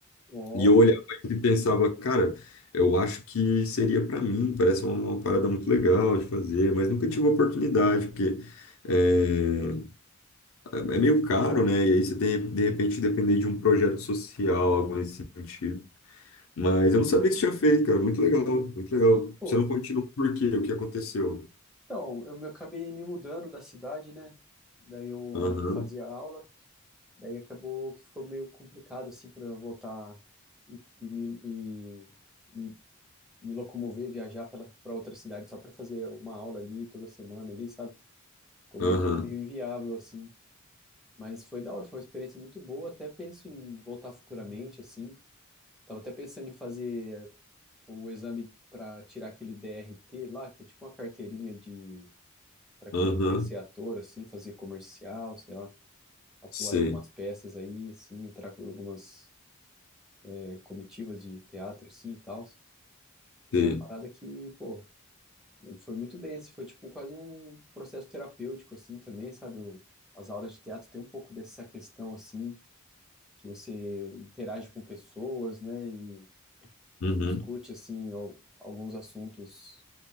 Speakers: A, in the centre; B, on the left.
A: Ó,
B: E eu olhava e pensava, cara, eu acho que seria para mim, parece uma uma parada muito legal de fazer, mas nunca tive oportunidade, porque eh, é, é meio caro, né? E aí você tem, de repente, depender de um projeto social, algo nesse sentido. Mas eu não sabia que você tinha feito, cara. Muito legal, muito
A: sim,
B: legal.
A: pô.
B: Você não continuou por quê? O que aconteceu?
A: Então, eu me- acabei me mudando da cidade, né? Daí eu,
B: Aham,
A: onde eu fazia aula, daí acabou que ficou meio complicado, assim, para eu voltar e, e me, e, e me locomover, viajar pela para outra cidade só para fazer uma aula ali toda semana ali, sabe? Ficou
B: aham,
A: meio, meio inviável, assim. Mas foi da hora, foi uma experiência muito boa. Até penso em voltar futuramente, assim. Tava até pensando em fazer o exame para tirar aquele DRT lá, que é tipo uma carteirinha de para quem
B: aham.
A: quer ser ator, assim, fazer comercial, sei lá, atuar
B: Sei,
A: em algumas peças aí, assim, entrar com algumas eh, comitivas de teatro, assim, e tal.
B: sei.
A: É uma parada que, pô, foi muito bem, assim, foi tipo quase um processo terapêutico, assim, também, sabe? O- as aulas de teatro tem um pouco dessa questão, assim que você interage com pessoas, né, e
B: Uhum,
A: discute assim al- alguns assuntos,